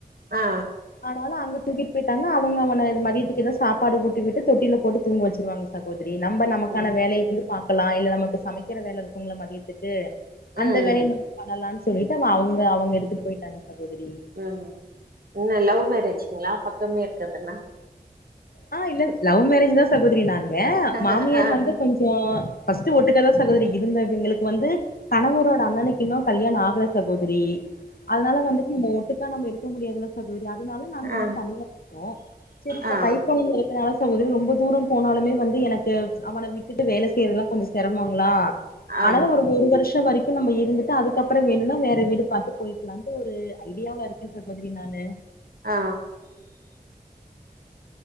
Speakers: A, on the right (about 65°); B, on the left (about 65°).
A: ஆ
B: அனால அங்க தூக்கிட் பொய்டாங்க அவுங்க அவன இது மதியத்துக்கு எதா சாப்பாடு ஊட்டிவிட்டு தொட்டில்ல போட்டு தூங்க வச்சிர்வாங்க சகோதரி நம்ப நமக்கான
A: ம்
B: வேலைய்ங்கு பாக்குலா இல்ல நமக்கு சமக்கிற வேலை இருக்குல்ல மதியத்துக்கு அந்த
A: ம்
B: வேலயு நம்ப பண்ணலான் சொல்லிட்டு அவ அவங்க அவங்க எடுத்துட்டு பொய்ட்டாங்க சகோதரி
A: ம் என்ன லவ் மேரேஜ்ங்ளா பக்கமே இருக்கத்துனா
B: அ இல்ல லவ் மேரேஜ்தா சகோதரி நாங்க
A: ஆ
B: மாமியார்
A: ஆ
B: வந்து கொஞ் சொ ஃபஸ்ட் ஒட்டுக்காதா சகோதரி இருந்த எங்களுக் வந்து கணவரோட அண்ணனுக்கு இன்னு கல்யாண ஆகுல சகோதரி அதுனால வந்துட்டு நம்ம ஒட்டுக்கா நம்ம எடுக்க முடியாதுல்ல சகோதரி அதுனால நாங்க
A: ஆ
B: வந்து தனியா இருப்போ செரி இப்ப
A: ஆ
B: கை பிள்ள இருக்கனால சகோதரி ரொம்ப தூரம் போனாலுமே வந்து எனக்கு அவன விட்டுட்டு வேல செய்யறத்ல்லா கொஞ்சொ செரமங்களா
A: ஆம்
B: அனால ஒரு ஒர் வர்ஷொ வரிக் ப்ப நம்ப இருந்துட்டு அதுக்கப்பற வேணுன்னா நவேற வீடு பாத்து போய்க்கலான்ட்டு ஒரு ஐடியாவ்ல இருக்கே சகோதரி நானு
A: ஆ